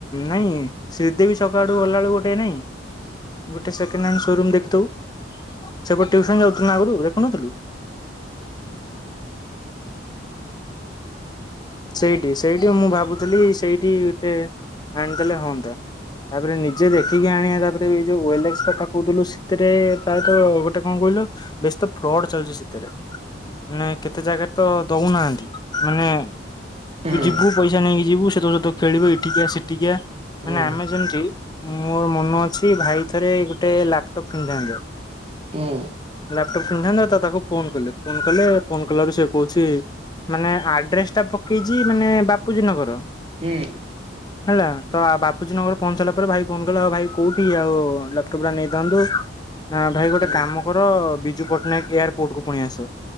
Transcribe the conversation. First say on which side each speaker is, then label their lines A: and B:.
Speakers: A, on the left; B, on the right.
A: ନାଇଁ ଶ୍ରୀଦେବୀ ଛକ ଆଡ଼କୁ ଗଲାବେଳକୁ ଗୋଟେ ନାଇଁ ଗୋଟେ ସେକେଣ୍ଡ ସୋରୁମ ଦେଖିଥିବୁ ସେପଟେ ଟିୟୁସନ ଯାଉଥିଲୁ ବା ଆଗରୁ ଦେଖୁନଥିଲୁଁ ସେଇଠି ସେଇଠି ମୁଁ ଭାବୁଥିଲି ସେଇଠି ଗୋଟେ ଆଣିଦଲେ ହଅନ୍ତା ତାପରେ ନିଜେ ଦେଖିକି ଆଣିବା ତାପରେ ବି ଯଉ <unintelligible> କଥା କହୁଥିଲୁ ସେତିରେ ତାର ତ ଗୋଟେ କଣ କହିଲୁ ବେଶୀତ ଫ୍ରଡ ଚାଲିଛି ସେତିରେ ମାନେ କେତେ ଜାଗାରେ ତ ଦଉନାହାନ୍ତି ମାନେ
B: ହୁଁ
A: ତୁ ଯିବୁ ପଇସା ନେଇକି ଯିବୁ ସେ ତ ସତ ଖେଳିବେ କହିବେ ଏଠିକି ଆ ସେଠିକି ଆ
B: ହୁଁ
A: ମାନେ ଆମେ ଯେମିତି ମୋର ମନ ଅଛି ଭାଇ ଥରେ ଗୋଟେ ଲାପଟପ୍ କିଣିଥାନ୍ତ
B: ହୁଁ
A: ଲାପଟପ୍ କିଣିଥାନ୍ତେ ତା ତାକୁ ଫୋନ୍ କଲେ ଫୋନ୍ କଲେ ଫୋନ୍ କଲାରୁ ସେ କହୁଛି ମାନେ ଆଡ଼୍ରେସଟା ପକାଇଛି ମାନେ ବାପୁଜୀ ନଗର?
B: ହୁଁ
A: ହେଲା ତ ବାପୁଜୀ ନଗର ପହଞ୍ଚିଲା ପରେ ଭାଇ ଫୋନ କିଲ ଆଉ ଭାଇ କୋଉଠି ଆଉ ଲାପଟପ୍ ଟା ନେଇ ଦିନ୍ତୁ ନା ଭାଇ ଗୋଟେ
B: ହୁଁ
A: କାମ କର ବିଜୁ ପଟ୍ଟନାୟକ ଏୟାରପୋର୍ଟ କୁ ପୁଣି ଆସ